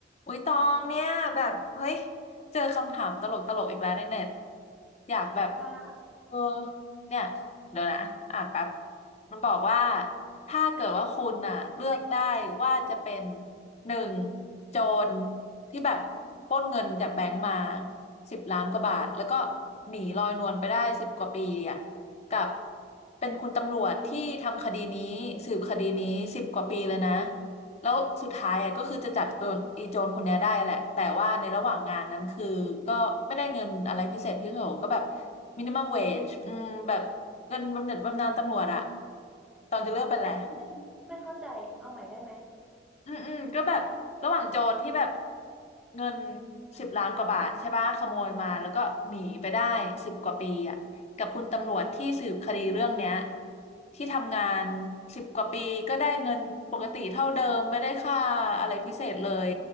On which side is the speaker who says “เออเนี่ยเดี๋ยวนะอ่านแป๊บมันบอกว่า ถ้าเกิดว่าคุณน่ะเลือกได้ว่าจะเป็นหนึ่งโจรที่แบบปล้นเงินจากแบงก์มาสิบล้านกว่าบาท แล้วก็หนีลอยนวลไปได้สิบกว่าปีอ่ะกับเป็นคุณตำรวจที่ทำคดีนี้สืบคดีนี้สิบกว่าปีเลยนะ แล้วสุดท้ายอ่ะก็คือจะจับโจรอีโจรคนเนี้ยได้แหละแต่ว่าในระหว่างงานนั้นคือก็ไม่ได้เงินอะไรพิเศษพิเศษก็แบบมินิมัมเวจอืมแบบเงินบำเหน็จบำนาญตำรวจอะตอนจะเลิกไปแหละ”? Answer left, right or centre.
Left